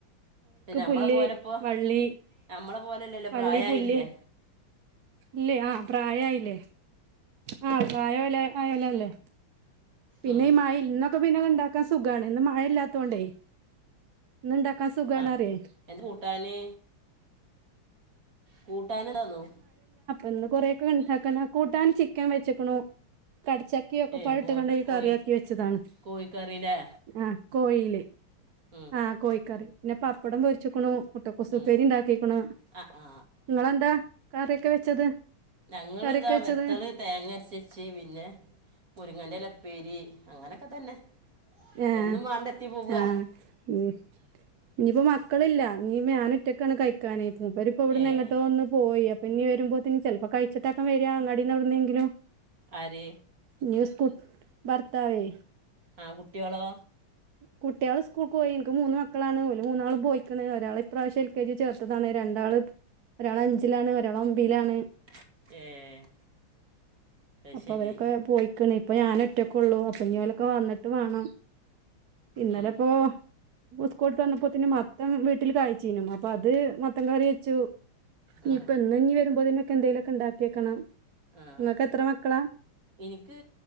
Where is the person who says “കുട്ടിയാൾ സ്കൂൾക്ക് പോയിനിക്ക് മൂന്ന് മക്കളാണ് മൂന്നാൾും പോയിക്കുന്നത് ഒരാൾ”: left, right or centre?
Right